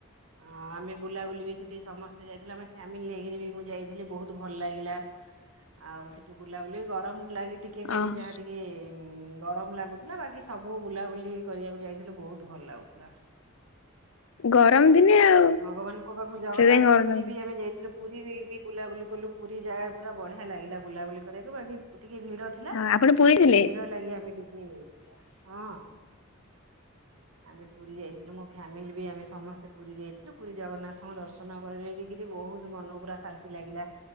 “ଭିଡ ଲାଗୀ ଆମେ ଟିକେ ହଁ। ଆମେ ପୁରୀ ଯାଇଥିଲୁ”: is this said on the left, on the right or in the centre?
Right